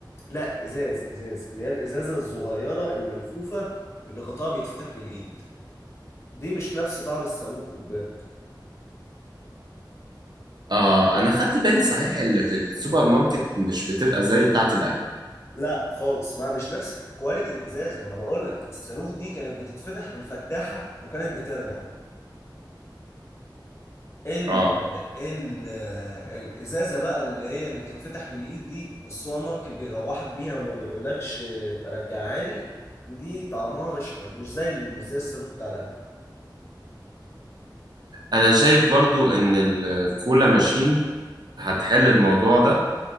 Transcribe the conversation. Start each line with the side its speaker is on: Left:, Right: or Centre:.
Left: لا ازاز ازاز اللي هي الازازه الصغيره الملفوفه اللي غطاها بيتفتح بالايد دي مش نفس طعم الصاروخ خد بالك
Right: اه انا خدت بالي صحيح اللي في السوبر ماركت مش بتبقى زي بتاعة القهوة
Left: لا خالص ما مش نفس كواليتي الازاز ما انا بقول لك الصاروخ دي كانت بتتفتح بالفتاحه وكانت بترجع ال
Right: اه
Left: ال الازازه بقى اللي هي اللي بتتفتح من الايد دي والسوبر ماركت بيروحك بيها وما بيقولكش رجعها لي دي طعمها مش حلو مش زي ال- مش زي الصاروخ بتاع القهوه
Right: انا شايف برضو ان الكولا ماشين هتحل الموضوع ده